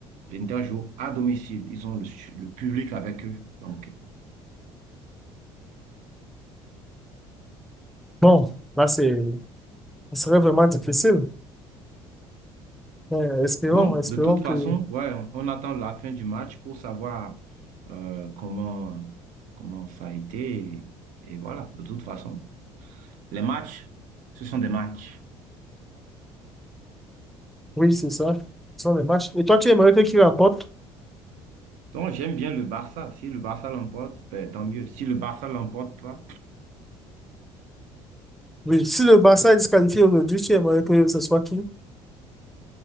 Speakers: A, on the right (about 70°); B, in the centre.
A: L'Inter joue à domicile. Ils ont le, su- le public avec eux. Donc,
B: Bon, là, c'est, ce serait vraiment difficile. Euh, espérons,
A: Bon,
B: espérons
A: de toute façon,
B: que,
A: ouais, on on attend la fin du match pour savoir euh, comment, comment ça a été. Et, et voilà, de toute façon, les matchs, ce sont des matchs.
B: oui, c'est ça. Ce sont les matchs. Et toi, tu aimerais que qui remporte?
A: Donc, j'aime bien le Barça. Si le Barça l'emporte, ben, tant mieux. Si le Barça l'emporte pas,
B: Oui, si le Barça est disqualifié aujourd'hui, tu aimerais que ce soit qui?